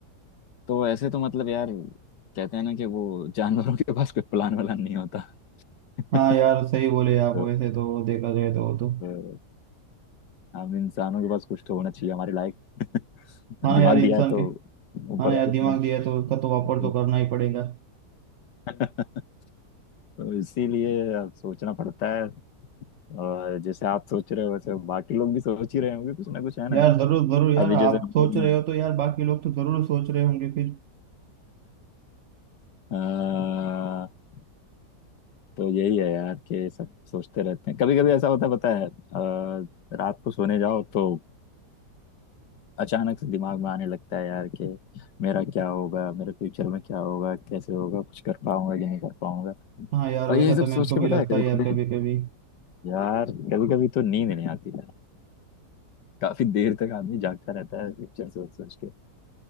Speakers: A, on the left; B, on the right.
A: तो ऐसे तो मतलब यार कहते हैं ना कि वो जानवरों के पास कोई प्लान वालान नहीं होता <laughs>
B: हाँ यार सही बोले आप
A: तो,
B: वैसे तो देखा जाए तो वो तो
A: तो हम इंसानों के पास कुछ तो होना चाहिए हमारे लायक <laughs>
B: हाँ
A: दिमाग
B: ना यार इंसान
A: दिया है तो
B: के
A: ऊपर
B: हाँ ना
A: वाले
B: यार दिमाग
A: ने
B: दिया तो उसका तो वापर
A: तो
B: तो करना ही पड़ेगा
A: <laughs> तो इसीलिए अब सोचना पड़ता है और जैसे आप सोच रहे हो वैसे बाकी लोग भी सोच ही रहे होंगे कुछ ना कुछ है ना
B: यार जरूर जरूर यार
A: अभी जैसे
B: आप
A: हम
B: सोच
A: लोग
B: रहे हो तो यार बाकी लोग तो जरूर सोच रहे होंगे फिर
A: अ, <laughs> तो यही है यार कि सब सोचते रहते हैं कभी कभी ऐसा होता है पता है अ, रात को सोने जाओ तो अचानक से दिमाग में आने लगता है यार कि मेरा क्या होगा मेरे फ्यूचर में क्या होगा कैसे होगा कुछ कर पाऊंगा कि नहीं कर पाऊंगा
B: हाँ यार
A: और
B: वैसा
A: यही सब
B: तो मेरे
A: सोच
B: को
A: के
B: भी
A: पता
B: लगता
A: है कभी
B: है यार
A: कभी
B: कभी कभी
A: यार कभी कभी तो नींद नहीं आती है काफी देर तक आदमी जागता रहता है फ्यूचर सोच सोच के